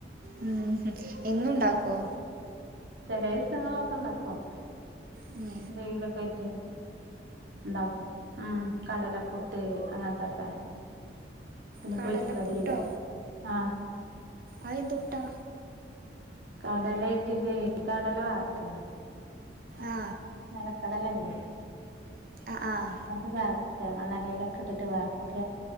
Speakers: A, on the right; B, on the right.
A: ഉം ഹും, എന്നുണ്ടാക്കോ?
B: ചില ദിവസങ്ങളിലൊക്കെ ഉണ്ടാക്കും
A: ഉം
B: എന്തെങ്കിലും ഒക്കെ ആയിട്ട് ഉണ്ടാക്കും ഉം കടലപ്പുട്ട് അങ്ങനത്തൊക്കെ പിന്നെ
A: കടലപ്പുട്ടോ
B: പൊരിക്കടി ആഹ്
A: അത് എന്ത് പുട്ടാ
B: കടല ഇട്ടിട്ട് കടല വറക്ക
A: ആ
B: നെലക്കടലെനീ
A: ആഹ് ആഹ
B: അത് വറക്ക, മണലിലൊക്കെ ഇട്ടിട്ട് വറക്ക.